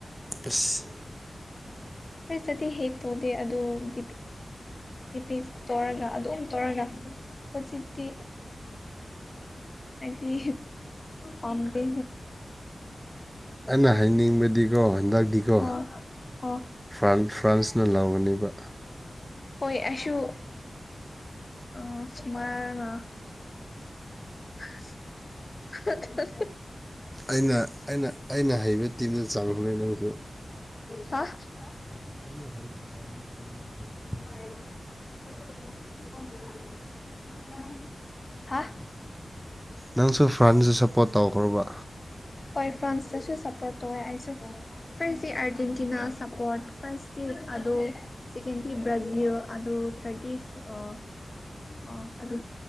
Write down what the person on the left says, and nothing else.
<unintelligible> ꯇꯤ ꯄꯦꯠ ꯇꯧꯔꯒ ꯑꯗꯨꯝ ꯇꯧꯔꯒ ꯍꯧꯖꯤꯛꯇꯤ ꯍꯥꯏꯗꯤ ꯄꯥꯝꯗꯦ
ꯑꯣ ꯑꯣ
ꯍꯣꯏ ꯑꯩꯁꯨ <unintelligible> <unintelligible>
ꯍꯥ
<unintelligible> ꯍꯥ
ꯍꯣꯏ ꯐ꯭ꯔꯥꯟꯁꯇꯁꯨ ꯁꯞꯄꯣꯔꯠ ꯇꯧꯋꯦ ꯑꯩꯁꯨ ꯐꯔꯁꯠꯁꯤ ꯑꯔꯖꯦꯟꯇꯤꯅꯥ ꯁꯞꯄꯣꯔꯠ ꯐꯔꯁꯠꯇꯤ ꯑꯗꯣ ꯁꯦꯀꯦꯟꯗ ꯇꯤ ꯕ꯭ꯔꯥꯖꯤꯜ ꯑꯗꯣ ꯊꯥꯔꯇꯤꯐ ꯑ ꯑ ꯑꯗꯨ